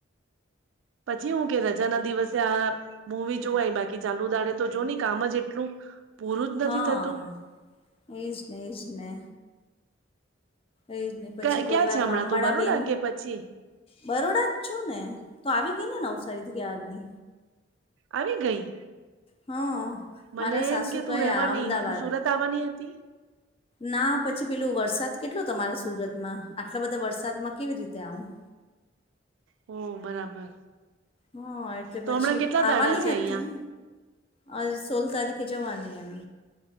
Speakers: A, on the right; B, on the left.
A: પછી હું કે રા ના દિવસે આ મવી જોવાય બાકી ચાલુ દાડે તો જો ને કામ જ એટલું પૂરું જ
B: હા
A: નથી થતું
B: એ જને એ જ ને એ પછી
A: ક્યાં
B: કોઈ
A: ક્યાં
B: વાર
A: છે હમણાં
B: કામ
A: તું
B: વાળા
A: બરોડા
B: બેન
A: કે પછી
B: બરોડા જ છું ને તો આવી ગઈ ને નવસારી થી યાારની
A: આવી ગઈ
B: હા
A: મને
B: મારા સાસુ
A: એમ કે તું
B: ગયા
A: રવાની
B: અમદાવાદ
A: તું સુરત આવવાની હતી
B: ના પછી પેલોું વરસાદ કેટલો તમારા સુરતમાં આટલા બધા વરસાદમાં કેવી રીતે આવું
A: હો બરાબર
B: હા એટલે
A: તો હમણાં
B: પછી
A: કેટલા
B: આવવાની
A: દાડા છે
B: હતી
A: અહિયાં
B: અ સોલ તારીખે જવાની એમ